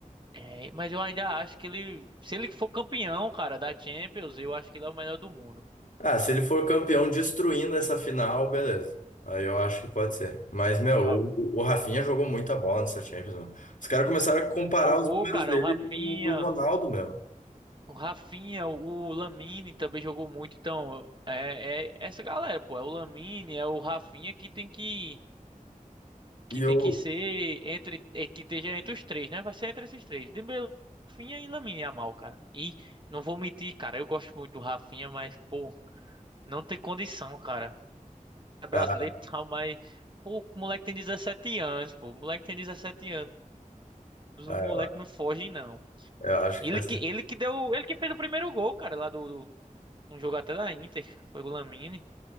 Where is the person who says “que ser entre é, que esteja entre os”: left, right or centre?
Right